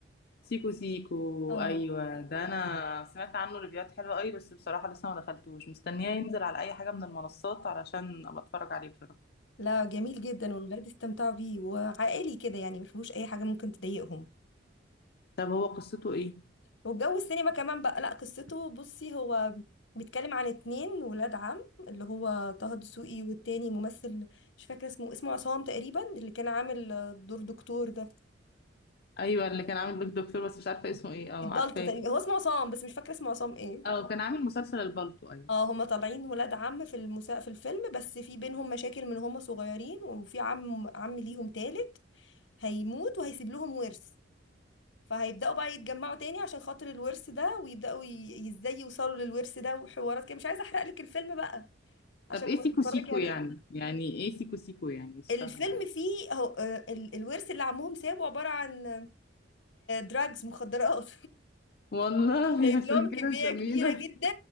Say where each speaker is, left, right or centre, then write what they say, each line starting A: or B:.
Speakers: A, on the left (about 55°); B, on the left (about 80°).
A: سيكو سيكو
B: اه
A: ايوه ده انا سمعت عنه ريفيوهات حلوه قوي بس بصراحه لسه ما دخلتوش مستنياه ينزل على اي حاجه من المنصات علشان ابقى اتفرج عليه بصراحه
B: لا جميل جدا والولاد استمتعوا بيه وعائلي كده يعني ما فيهوش اي حاجه ممكن تضايقهم
A: طب هو قصته ايه
B: والجو السينما كمان بقى لا قصته بصي هو بيتكلم عن اتنين ولاد عم اللي هو طه دسوقي والتاني ممثل مش فاكره اسمه اسمه عصام تقريبا اللي كان عامل دور دكتور ده
A: ايوه اللي كان عامل بيك دكتور بس مش عارفه اسمه ايه اه
B: الدالتو
A: عارفاه
B: تقريبا هو اسمه عصام بس مش فاكره اسمه عصام ايه
A: اه كان عامل مسلسل البالتو ايوه
B: اه هما طالعين ولاد عم في المسا... في الفيلم بس في بينهم مشاكل من هما صغيرين وفي عم عم ليهم تالت هيموت وهيسيب لهم ورث فهيبدأوا بقى يتجمعوا تاني عشان خاطر الورث ده ويبدأوا ي... ازاي يوصلوا للورث ده وحوارات كده مش عايزة احرق لك الفيلم بقى عشان
A: طب ايه
B: لما
A: سيكو
B: تتفرجي
A: سيكو
B: عليه
A: يعني يعني ايه سيكو سيكو يعني مش
B: الفيلم
A: فاهمه يعني
B: فيه هو... آه، ال... الورث اللي عمهم سابه عبارة عن دراجز مخدرات
A: والله
B: جايب
A: <laughs> عشان
B: لهم
A: كده
B: كمية
A: سمينه
B: كبيرة جدا